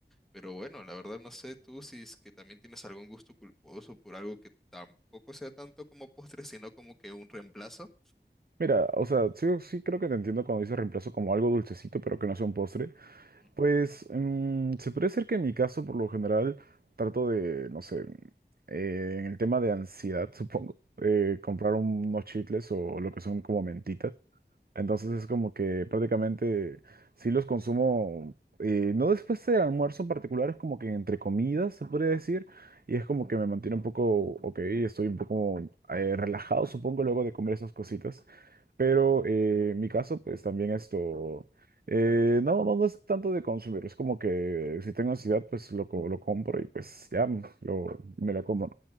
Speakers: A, in the centre; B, on the right (about 60°).
A: Pero bueno, la verdad no sé tú si es que también tienes algún gusto culposo por algo que tampoco sea tanto como postre, sino como que un reemplazo.
B: Mira, o sea, sí, sí creo que te entiendo cuando dices reemplazo como algo dulcecito, pero que no sea un postre.
A: Ujú.
B: Pues mm, se puede ser que en mi caso, por lo general, trato de, no sé, eh, en el tema de ansiedad, <laughs> supongo, eh, comprar unos chicles o lo que son como mentitas. Entonces es como que prácticamente sí los consumo, eh, no después del almuerzo en particular, es como que entre comidas se podría decir, y es como que me mantiene un poco, ok, estoy un poco eh, relajado, supongo, luego de comer esas cositas. Pero eh, en mi caso, pues también esto, eh, no, no, no es tanto de consumir, es como que si tengo ansiedad, pues lo, co- lo compro y pues ya mm, lo, me lo como. ¿no?